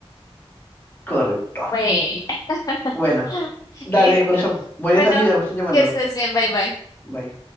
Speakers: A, on the left; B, on the left.
A: Correcto.
B: Bueno. <laughs>
A: Bueno, dale,
B: Listo.
A: corazón. Voy
B: Bueno,
A: de salida, me están llamando.
B: que estés bien. Bye bye.
A: Bye.